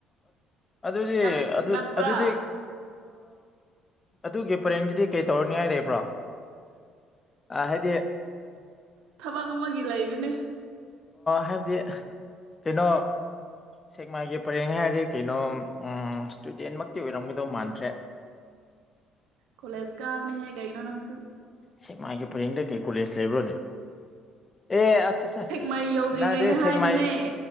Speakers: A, on the left (about 15°); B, on the right (about 80°).
A: ꯑꯗꯨꯗꯤ
B: ꯅꯛ
A: ꯑꯗꯨ
B: ꯅꯛꯄ꯭ꯔꯥ
A: ꯑꯗꯨꯗꯤ ꯑꯗꯨꯒꯤ ꯄꯔꯦꯡꯗꯨꯗꯤ ꯀꯩ ꯇꯧꯔꯅꯤꯉꯥꯏ ꯂꯩꯕ꯭ꯔꯣ ꯍꯥꯏꯗꯤ
B: ꯊꯕꯛ ꯑꯃꯒꯤ ꯂꯩꯕꯅꯦ
A: ꯍꯥꯏꯕꯗꯤ ꯀꯩꯅꯣ ꯁꯦꯛꯃꯥꯏꯒꯤ ꯄꯔꯦꯡ ꯍꯥꯏꯔꯗꯤ ꯀꯩꯅꯣ ꯏꯁꯇꯨꯗꯦꯟꯃꯛꯇꯤ ꯑꯣꯏꯔꯝꯒꯗꯧ ꯃꯥꯟꯗ꯭ꯔꯦ <inaudible>
B: ꯀꯣꯂꯁꯀꯥꯕꯅꯤ ꯍꯦ ꯀꯩꯅꯣ ꯅꯪꯁꯨ
A: ꯁꯤ ꯃꯥꯒꯤ ꯄꯔꯦꯡꯗ ꯀꯩ ꯀꯣꯂꯦꯖ ꯂꯩꯕ꯭ꯔꯣꯅꯦ ꯑꯦ ꯑꯠꯆꯥ ꯑꯆꯥ
B: ꯁꯦꯛꯃꯥꯏ ꯌꯧꯗ꯭ꯔꯤꯉꯩꯗ
A: ꯅꯪꯗꯦꯃ
B: ꯍꯥꯏꯕꯅꯦ